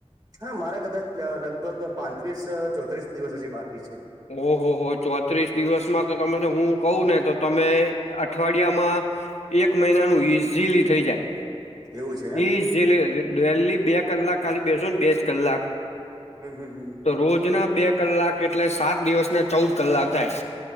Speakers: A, on the right; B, on the left.
A: હા, મારે કદાચ લગભગ પાંત્રીસ ચોત્રીસ દિવસ હજી બાકી છે.
B: ઓહો હો ચોત્રીસ દિવસમાં તો તમે હું કવને તો તમે અઠવાડિયામાં એક મહિનાનું ઇઝીલી થઈ જાય.
A: એવું છે એમ
B: ઈ વહેલી બે કલાક ખાલી બેસોને બે જ કલાક
A: હમ્મ, હમ્મ, હમ્મ.
B: તો રોજના બે કલાક એટલે સાત દિવસ ના ચૌદ કલાક થાય.